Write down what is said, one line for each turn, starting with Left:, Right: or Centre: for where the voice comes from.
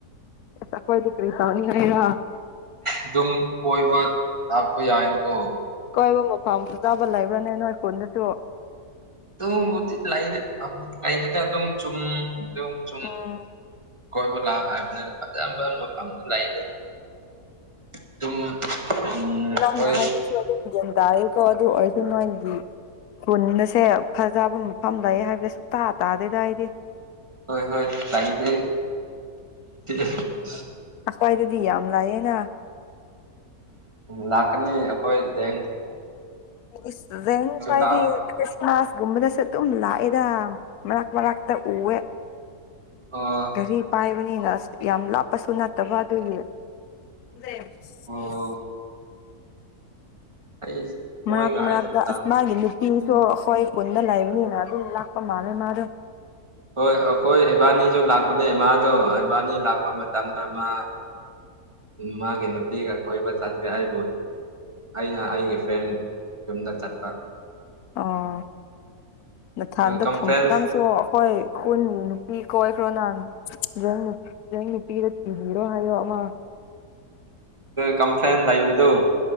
Left: ꯑꯈꯣꯏꯗꯤ ꯀ꯭ꯔꯤꯇꯧꯅꯤ ꯍꯥꯏꯔ
Right: ꯑꯗꯨꯝ ꯀꯣꯏꯕ ꯂꯥꯛꯄ ꯌꯥꯏꯅꯦꯀꯣ
Left: ꯀꯣꯏꯕ ꯃꯐꯝ ꯐꯖꯕ ꯂꯩꯕ꯭ꯔꯥꯅꯦ ꯅꯣꯏ ꯈꯨꯟꯗꯁꯨ
Right: ꯑꯗꯨ ꯕꯨꯗꯤ ꯂꯩ ꯂꯩꯗꯦ ꯑꯗꯨꯝ ꯆꯨꯝ <unintelligible>
Left: ꯎꯝ
Right: ꯀꯣꯏꯕ ꯍꯥꯏꯕꯗ ꯐꯖꯕ ꯃꯐꯝꯗꯤ ꯂꯩꯩꯗꯦꯗ ꯑꯗꯨꯝ ꯎꯝ
Left: ꯅꯪꯅ
Right: ꯑꯈꯣꯏ
Left: ꯍꯥꯏꯕꯁꯨ <unintelligible> ꯑꯗꯨ ꯑꯣꯏꯔꯗꯤ ꯅꯣꯏꯒꯤ ꯈꯨꯟ ꯑꯁꯦ ꯐꯖꯕ ꯃꯐꯝ ꯂꯩ ꯍꯥꯏꯕꯗ ꯁꯨꯛꯇꯥ ꯇꯥꯗꯦꯗ ꯑꯩꯗꯤ
Right: ꯍꯣꯏ ꯍꯣꯏ ꯂꯩꯗꯦ <unintelligible>
Left: ꯑꯁ꯭ꯋꯥꯏꯗꯗꯤ ꯌꯥꯝ ꯂꯩꯌꯦꯅ
Right: ꯂꯥꯛꯀꯅꯤ ꯑꯈꯣꯏ ꯍꯌꯦꯡ
Left: <unintelligible> ꯈꯣꯏꯗꯤ
Right: ꯂꯥꯛꯑꯣ
Left: ꯈ꯭ꯔꯤꯁ ꯃꯥꯁ ꯀꯨꯝꯕꯗꯁꯨ ꯑꯗꯨꯝ ꯂꯥꯛꯑꯦ ꯗ ꯃꯔꯛ ꯃꯔꯛꯇ ꯎꯋꯦ
Right: ꯑꯣ
Left: ꯒꯥꯔꯤ ꯄꯥꯏꯕꯅꯤꯅ ꯑꯁ ꯌꯥꯝ ꯂꯥꯞꯄꯁꯨ ꯅꯠꯇꯕ ꯑꯗꯨꯒꯤ <unintelligible>
Right: ꯑꯣ ꯑꯩ ꯃꯣꯏꯒ
Left: ꯃꯔꯛ ꯃꯔꯛꯇ
Right: ꯑꯩꯁꯨ ꯂꯥꯛ
Left: ꯃꯥꯒꯤ ꯅꯨꯄꯤꯁꯨ
Right: ꯎꯝ
Left: ꯑꯈꯣꯏ ꯈꯨꯟꯗ ꯂꯩꯕꯅꯤꯅ ꯑꯗꯨꯝ ꯂꯥꯛꯄ ꯃꯥꯜꯂꯦ ꯃꯥꯗꯣ
Right: ꯍꯣꯏ ꯑꯈꯣꯏ ꯏꯕꯥꯅꯤꯁꯨ ꯂꯥꯛꯄꯅꯦꯃꯥꯗꯣ ꯏꯕꯥꯅꯤ ꯂꯥꯛꯄ ꯃꯇꯝꯗ ꯃꯥ ꯃꯥꯒꯤ ꯅꯨꯄꯤꯒ ꯀꯣꯏꯕ ꯆꯠꯈ꯭ꯔꯦ ꯑꯩꯕꯨ ꯑꯩꯅ ꯑꯩꯒꯤ ꯐ꯭ꯔꯦꯟ ꯌꯨꯝꯗ ꯆꯠꯄ
Left: ꯑꯣ ꯅꯊꯥꯟꯗ
Right: ꯀꯝꯐ꯭ꯔꯦꯟꯁ
Left: ꯊꯝ ꯅꯪꯁꯨ ꯑꯈꯣꯏ ꯈꯨꯟꯒꯤ ꯅꯨꯄꯤ ꯀꯣꯏꯈ꯭ꯔꯣ <unintelligible> ꯅꯨꯄꯤꯗ ꯊꯤꯕꯤꯔꯣ ꯍꯥꯏꯌꯣ ꯑꯃ
Right: ꯀꯝꯐ꯭ꯂꯦꯟ ꯂꯩꯕꯗꯨ